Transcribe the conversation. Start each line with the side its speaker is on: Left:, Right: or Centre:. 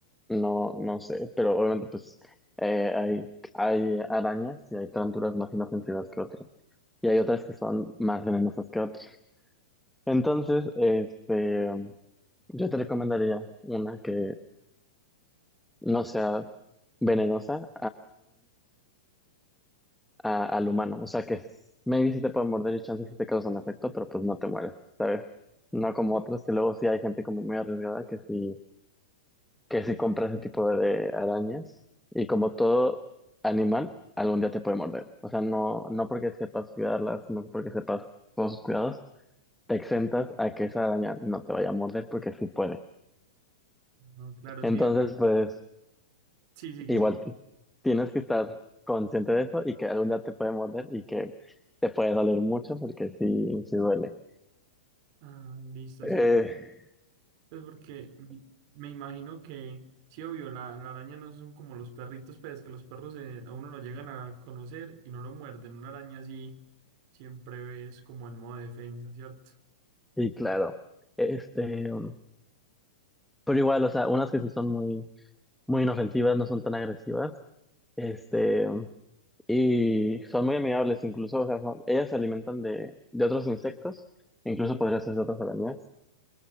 Centre: no, no sé, pero obviamente pues eh, hay, hay arañas y hay tarántulas más inofensivas que otras. Y hay
Right: Sí.
Centre: otras que son más venenosas que otras. Entonces, este, yo te recomendaría una que no sea venenosa a- al humano. O sea que es- maybe si te pueden morder y chance si te causan efecto, pero pues no te mueres, ¿sabes? No como
Right: sí.
Centre: otras, que luego sí hay gente como muy arriesgada que sí, que sí compra ese tipo de, de arañas. Y como todo animal, algún día te puede morder. O sea, no, no porque sepas cuidarlas, no porque sepas todos sus cuidados, te exentas a que esa araña no te vaya a morder porque sí puede.
Right: Ah, claro,
Centre: Entonces,
Right: sí, obvio.
Centre: pues.
Right: Sí, sigue,
Centre: Igual
Right: sigue.
Centre: t- tienes que estar consciente de eso y que algún día te puede morder y que te puede doler mucho porque sí, sí duele.
Right: Ah, listo,
Centre: Eh,
Right: sí. Pues porque mm, me imagino que, sí, obvio, la, la araña no son como los perritos, pero es que los perros eh, a uno lo llegan a conocer y no lo muerden. Una araña sí siempre ves como en modo defensa, ¿cierto?
Centre: y claro, este, um, pero igual, o sea, unas que sí son muy, muy inofensivas, no son tan agresivas, este, um, y son muy amigables incluso, o sea, son- ellas se alimentan de, de otros insectos, incluso podría ser de otras arañas.